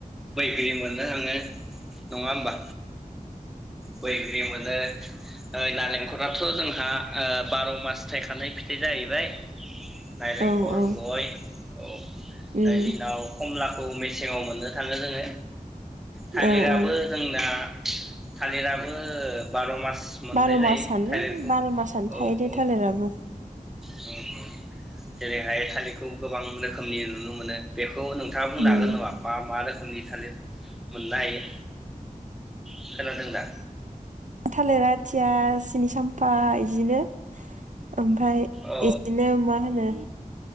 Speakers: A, in the centre; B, on the right.
A: बैग्रि मोननो थाङो। नङा होमबा बैग्रि मो नो, ओ नालेंखराथ' जोंहा ओ बार' मास थायखानाय फिथाइ जाहैबाय। नाइरेंखल,
B: औ औ
A: गय औ,
B: उम
A: दा इनि उनाव खमला खौ मेसेङाव मोननो थाङो जोङो। थालिराबो
B: औ औ
A: जोंना थालिराबो बार' मास मोननाय
B: बार'
A: जायो
B: मासानो
A: थालिरखौ
B: बार' मासानो थायो
A: औ
B: दे
A: औ।
B: थालिराबो
A: होम होम जेरैहाय थालिरखौ गोबां रोखोमनि नुनो मोनो बे खौ नोंथाङा बुंनो
B: उम
A: हागोन नामा मा मा रोखोमनि थालिर मोननो हायो? खोनादों दा?
B: थालिर आथिया, सिनि साम्फा इदिनो ओमफ्राय बिदिनो
A: औ
B: मा होनो